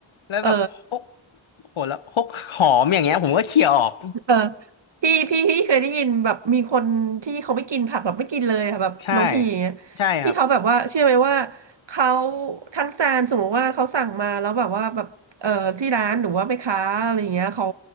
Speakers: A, on the left (about 90°); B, on the right (about 65°).
A: แล้วแบบพวก
B: เออ
A: โหแล้วพวกหอมอย่างเงี้ยผมก็เขี่ยออก
B: เออพี่พี่พี่เคยได้ยินแบบมีคนที่เขาไม่กินผักแบบไม่กินเลยอะแบบน้องพีอย่างเงี้ยที่เขาแบบว่าเชื่อไหมว่า
A: ใช่ใช่ครับ
B: เขาทั้งจานสมมติว่าเขาสั่งมาแล้วแบบว่าแบบเออที่ร้านหรือว่าแม่ค้าอะไรอย่างเงี้ยเขา